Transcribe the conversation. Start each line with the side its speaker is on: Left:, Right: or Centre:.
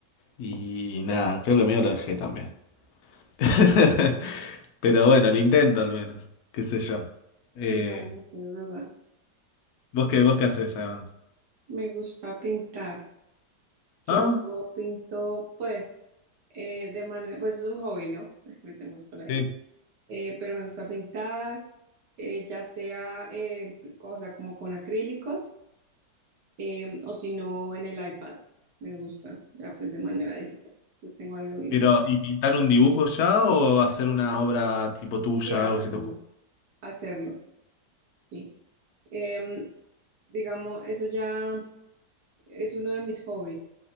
Left: Y nada, creo que medio lo dejé también. <laughs> Pero bueno, lo intento al menos, qué sé yo. Eh,
Right: Bueno, sí, es verdad.
Left: ¿vos qué, vos qué haces además?
Right: Me gusta pintar. Yo
Left: Ah,
Right: pinto, pues. Eh, de manera, pues es un hobby, ¿no? <laughs> Empecemos por ahí.
Left: sí.
Right: Eh, pero me gusta pintar, eh, ya sea, eh, o sea, como con acrílicos, eh, o si no, en el iPad. Me gusta, ya pues de manera digital. Entonces tengo algo y
Left: Pero,
Right: puedo-
Left: ¿y pintar un dibujo ya o hacer una obra tipo tuya,
Right: Sí, hacerlo,
Left: algo que se te ocurra?
Right: hacerlo, sí. Em, digamos, eso ya. es uno de mis hobbies.